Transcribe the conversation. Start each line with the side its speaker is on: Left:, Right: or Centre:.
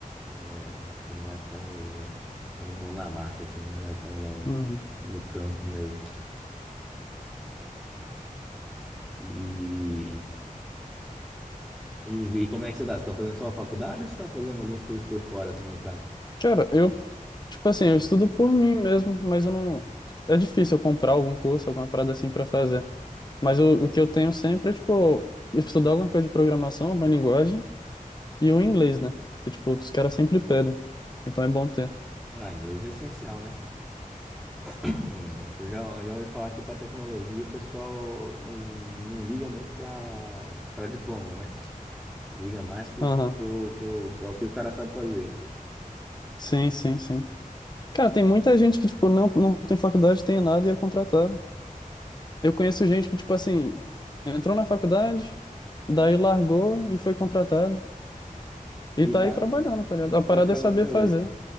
Centre: Que não, que não é tão, tão mão na massa assim, né? Não é tão no,
Left: uhum.
Centre: no campo mesmo. E E, e como é que você tá? Você tá fazendo só a faculdade ou você tá fazendo alguns cursos por fora também pra.
Left: Cara, eu, tipo assim, eu estudo por mim mesmo, mas eu não. É difícil eu comprar algum curso, alguma parada assim pra fazer. Mas o, o que eu tenho sempre é, tipo, estudar alguma coisa de programação, alguma linguagem e o inglês, né? Que, tipo, os caras sempre pedem. Então é bom ter.
Centre: Ah, inglês é essencial, né? cara? Hum, Que eu já, já ouvi falar que pra tecnologia o pessoal não, não liga muito pra, pra diploma, né? Liga mais pro,
Left: Aham.
Centre: pro, pro, pra o que o cara sabe fazer.
Left: Sim, sim, sim. Cara, tem muita gente que, tipo, não, não tem faculdade, tem nada e é contratada Eu conheço gente que, tipo assim, entrou na faculdade, daí largou e foi contratado. E
Centre: E
Left: tá
Centre: tá,
Left: aí trabalhando, tá ligado?
Centre: e
Left: A
Centre: tá
Left: parada
Centre: trabalhando
Left: é saber
Centre: até
Left: fazer.
Centre: hoje.